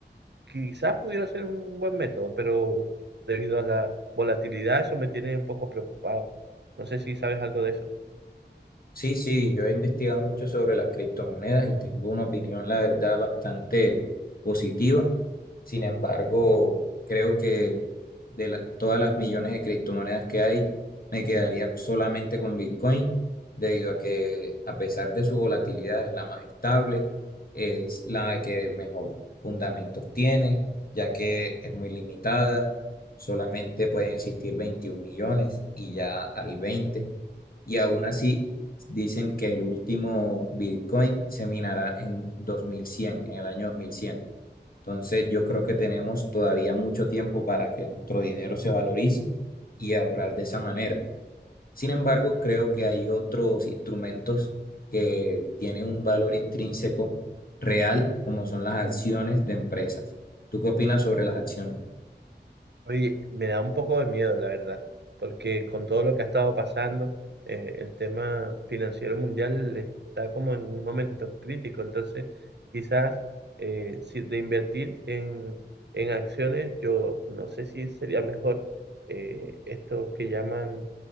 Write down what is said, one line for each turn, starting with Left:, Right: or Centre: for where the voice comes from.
Right: quizás pudiera ser un buen método, pero debido a la volatilidad eso me tiene un poco preocupado. No sé si sabes algo de eso.
Left: Sí, sí, yo he investigado mucho sobre las criptomonedas y tengo una opinión, la verdad, bastante positiva. Sin embargo, creo que de la- todas las millones de criptomonedas que hay, me quedaría solamente con Bitcoin, debido a que a pesar de su volatilidad es la más estable, es la que mejor fundamentos tiene, ya que es muy limitada, solamente pueden existir 21 millones y ya hay 20, y aún así dicen que el último Bitcoin se minará en 2100, en el año 2100. Entonces, yo creo que tenemos todavía mucho tiempo para que nuestro dinero se valorice y ahorrar de esa manera. Sin embargo, creo que hay otros instrumentos que tienen un valor intrínseco real, como son las acciones de empresas. ¿Tú qué opinas sobre las acciones?
Right: Oye, me da un poco de miedo, la verdad, porque con todo lo que ha estado pasando, eh, el tema financiero mundial está como en un momento crítico. Entonces, quizás eh, si de invertir en, en acciones, yo no sé si sería mejor eh, estos que llaman